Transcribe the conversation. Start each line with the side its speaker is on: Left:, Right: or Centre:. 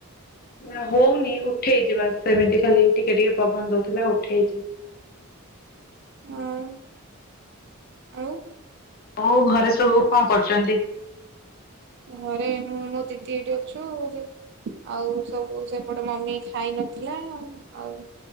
Left: ନା ହଉନି ଉଠେଇଛି ବାଶ୍ ସେମିତି ଖାଲି ଟିକେ ଟିକେ ପବନ ଦଉଥିଲା ଉଠେଇଛି।
Right: ହଁ। ଆଉ
Left: ହଉ ଘରେ ସବୁ କଣ କରୁଛନ୍ତି?
Right: ଘରେ ମୁଁ ମୋ ଦିଦି ଏଇଠି ଅଛୁ। ଆଉ ସବୁ ସେପଟେ ମମି ଖାଇ ନଥିଲା ଆଉ